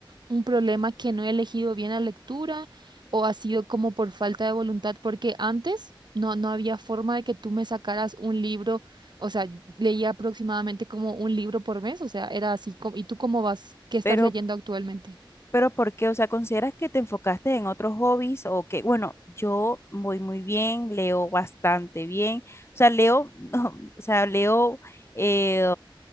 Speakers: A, on the right; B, on the left.
A: un problema que no he elegido bien la lectura o ha sido como por falta de voluntad, porque antes no, no había forma de que tú me sacaras un libro, o sea, leía aproximadamente como un libro por mes, o sea, era así. co- ¿Y tú cómo vas? ¿Qué estás
B: Pero
A: leyendo actualmente?
B: Pero ¿por qué? O sea, ¿consideras que te enfocaste en otros hobbies o que, bueno, yo voy muy bien, leo bastante bien, o sea, leo, <laughs> o sea, leo, eh,